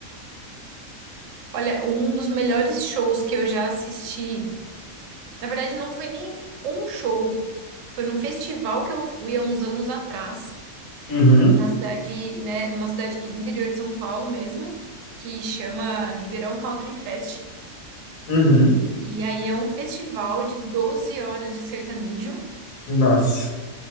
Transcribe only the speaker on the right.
Olha, um dos melhores shows que eu já assisti. Na verdade, não foi nem um show. Foi num festival que eu fui há uns anos atrás,
na cidade, né, numa cidade aqui do interior de São Paulo mesmo, que chama Ribeirão Country Fest.
E aí é um festival de 12 horas de sertanejo.